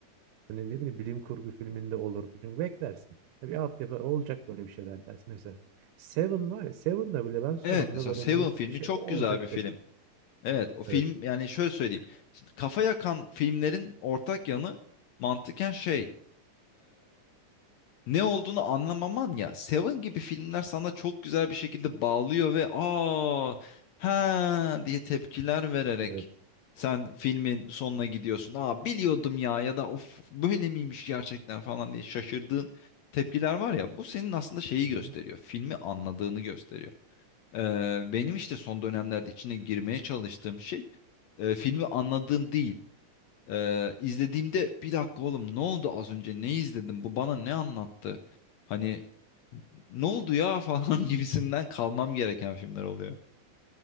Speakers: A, on the right; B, on the left.
A: Hani ne bileyim bilim kurgu filminde olur. Çünkü beklersin. Tabii alt yapar olacak böyle bir şeyler dersin. Mesela Seven var ya Seven'da bile ben sonunda
B: Evet mesela
A: böyle
B: Seven
A: bunun
B: filmi
A: bir şey
B: çok
A: olacak
B: güzel bir film.
A: dedim.
B: Evet o film
A: Evet.
B: yani şöyle söyleyeyim. Şimdi kafa yakan filmlerin ortak yanı mantıken şey. ne olduğunu anlamaman ya. Seven gibi filmler sana çok güzel bir şekilde bağlıyor ve aa ha diye tepkiler vererek
A: Evet.
B: sen filmin sonuna gidiyorsun. Aa biliyordum ya ya da of böyle miymiş gerçekten falan diye şaşırdığın tepkiler var ya. Bu senin aslında şeyi
A: Hı
B: gösteriyor.
A: hı.
B: Filmi anladığını gösteriyor. Ee, benim işte son dönemlerde içine girmeye çalıştığım şey e, filmi anladığım değil. Ee, izlediğimde bir dakika oğlum ne oldu az önce ne izledim bu bana ne anlattı? Hani ne oldu ya <laughs> falan gibisinden kalmam gereken filmler oluyor.